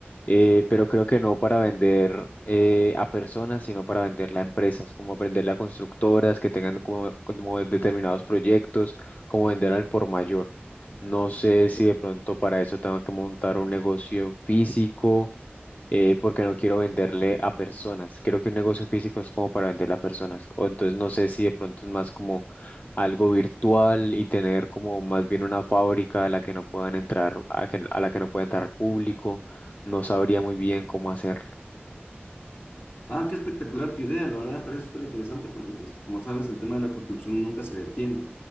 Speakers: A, on the left (about 40°); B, on the left (about 60°).
A: eh, pero creo que no para vender eh, a personas, sino para venderla a empresas, como venderla a constructoras que tengan como, como determinados proyectos, como vender al por mayor. No sé si de pronto para eso tengo que montar un negocio físico, eh, porque no quiero venderle a personas. Creo que un negocio físico es como para venderle a personas. O entonces no sé si de pronto es más como algo virtual y tener como más bien una fábrica a la que no puedan entrar, a, que- a la que no pueda entrar público, no sabría muy bien cómo hacerlo.
B: Ah, qué espectacular tu idea, la verdad parece súper interesante porque, pues, como sabes, el tema de la construcción nunca se detiene.